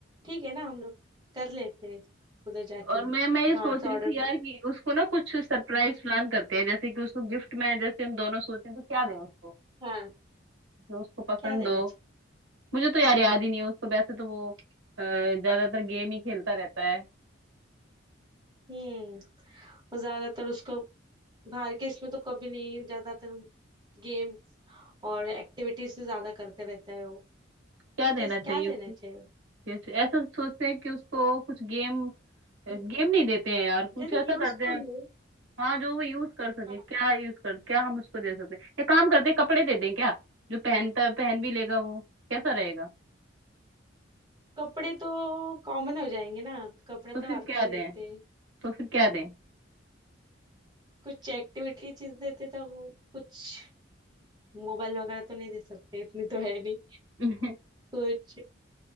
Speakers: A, on the right (about 20°); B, on the right (about 85°).
A: ठीक है ना हम लोग कर लेते हैं उधर जाके
B: और मैं मैं ये
A: बाहर
B: सोच
A: से
B: रही
A: ऑर्डर
B: थी यार
A: कर
B: कि उसको ना कुछ सरप्राइज प्लान करते हैं जैसे कि उसको गिफ्ट में जैसे हम दोनों सोचें तो क्या दें उसको
A: हाँ
B: जो उसको पसंद
A: क्या देना
B: हो मुझे तो यार याद ही नहीं है उसको वैसे तो वो अ, ज्यादातर गेम ही खेलता रहता है
A: चाहिए हम्म और ज्यादातर उसको बाहर के इसमें तो कभी नहीं ज्यादातर गेम्स और एक्टिविटीज से ज्यादा करते रहता है वो
B: क्या देना
A: कैस
B: चाहिए
A: क्या देना
B: उसको
A: चाहिए
B: कुछ ऐसा सोचते हैं कि उसको कुछ गेम गेम
A: हम्म,
B: नहीं देते हैं यार कुछ
A: जैसे
B: ऐसा
A: यूजफुल
B: करते हैं
A: हो
B: हाँ जो वो यूज कर सके
A: हाँ
B: क्या यूज कर क्या हम उसको दे सकते हैं ये काम करते हैं, कपड़े दे दें क्या जो पहनता है पहन भी लेगा वो कैसा रहेगा
A: कपड़े तो कॉमन हो जाएंगे ना कपड़े
B: तो
A: तो
B: फिर
A: हर
B: क्या
A: कोई देते
B: दें
A: हैं
B: तो फिर क्या दें
A: कुछ एक्टिविटी चीज देते तो वो कुछ मोबाइल वगैरह तो नहीं दे सकते इतनी तो है नहीं
B: <laughs>
A: कुछ